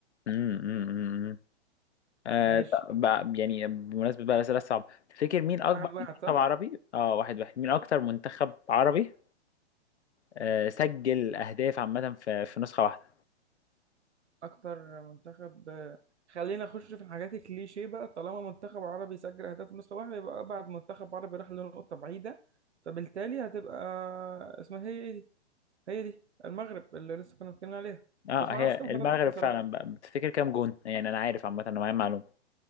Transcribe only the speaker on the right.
ماشي
واحد واحد
صح
اكتر منتخب آه، خلينا نخش في الحاجات الكليشيه بقى طالما منتخب عربي سجل اهداف في نسخة واحدة يبقى ابعد منتخب عربي راح لنقطة بعيدة فبالتالي هتبقى اسمها هي ايه دي هي دي المغرب اللي لسه كنا بنتكلم عليها
بس ما
اعرفش كام
هدف بصراحة